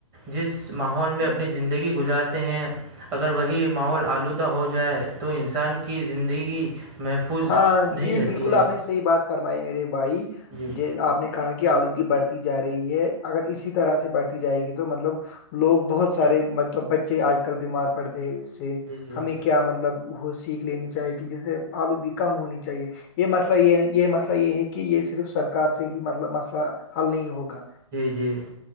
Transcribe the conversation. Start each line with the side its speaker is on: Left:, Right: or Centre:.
Right: جس ماحول
Left: کوئی
Right: میں اپنی زندگی گزار ہیں اگر وہی ماحول آلودہ ہو جائے تو انسان کی زندگی محفوظ
Left: ہاں
Right: نہیں
Left: جی
Right: رہتی
Left: بالکل
Right: ہے
Left: آپ نے صحیح بات فرمائی میرے بھائی
Right: جی
Left: ج آپ نے کہاں کی آلودگی بڑھتی جا رہی ہے اگر اسی طرح سے بڑھتی جائے گی تو مطلب لوگ بہت سارے مطلب بچے آج کل بیمار پڑتے ہیں اس
Right: جی
Left: ہمیں کیا مطلب وہ سیکھ لینی چاہیے کہ جیسے آلودگی کم ہونی چاہیے یہ مسئلہ یہ یہ مسئلہ یہ ہے کہ یہ صرف سرکار سے ہی مسئلہ حل نہیں ہوگا
Right: جی